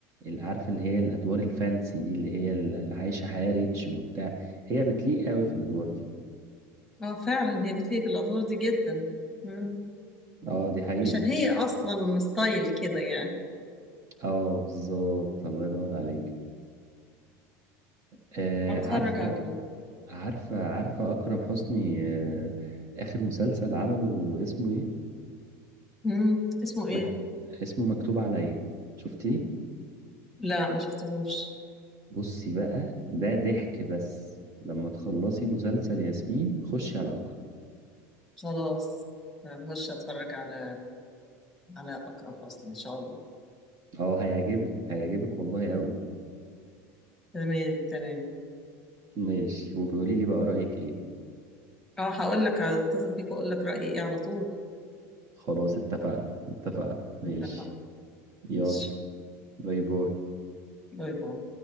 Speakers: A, on the right (about 40°); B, in the centre.
A: اللي عارفة اللي هي الادوار الفانسي دي اللي هي اللي عايشة حياة ريتش وبتاع هي بتليق قوي في الادوار دي
B: اه فعلا هي بتليق في الادوار دي جدا مم.
A: اه دي حقيقة
B: عشان هي اصلا ستايل كده يعني
A: اه بالظبط الله ينور عليك آه
B: هتفرج
A: عارفة
B: عليه
A: عارفة عارفة أكرم حسني آه، آخر مسلسل عمله اسمه إيه؟
B: مم. اسمه ايه
A: مك... اسمه مكتوب عليا شفتيه؟
B: لا مشفتهوش
A: بصي بقى ده ضحك بس لما تخلصي مسلسل ياسمين خشي على أكرم
B: خلاص هخش اتفرج على على اقرب اصلا ان شاء الله
A: أه هيعجبك هيعجبك والله أوي
B: تمام تمام
A: ماشي وبيقولي لي بقى رأيك إيه
B: اه هقول لك هتصل بيك واقول لك رايي ايه على طول
A: خلاص اتفقنا اتفقنا ماشي
B: اتفقنا
A: يلا
B: ماشي
A: باي باي
B: باي باي